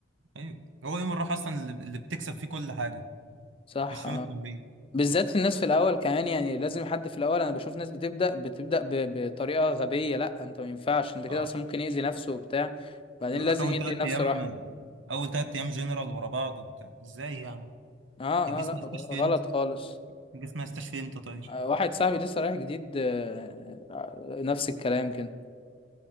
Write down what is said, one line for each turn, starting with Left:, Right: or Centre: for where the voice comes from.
Right: أيوة. هو يوم الراحه اصلا اللي اللي بتكسب فيه كل حاجه
Left: صح
Right: مش
Left: اه
Right: يوم التمرين
Left: بالذات في الناس في الاول كمان يعني لازم حد في الاول انا بشوف ناس بتبدا بتبدا ب- بطريقه غبيه لا انت ما ينفعش انت كده
Right: اه
Left: اصلا ممكن يأذي نفسه وبتاع بعدين
Right: يقول
Left: لازم
Right: لك اول
Left: يدي
Right: ثلاث
Left: نفسه
Right: ايام
Left: راحه
Right: اول ثلاث ايام جنرال ورا بعض وبتاع ازاي يعني
Left: اه
Right: الجسم
Left: اه لا
Right: مش فهمت
Left: غلط خالص
Right: تيجي في مستشفى امتى طيب
Left: آه، واحد صاحبي لسه رايح جديد آه، آه، نفس الكلام كده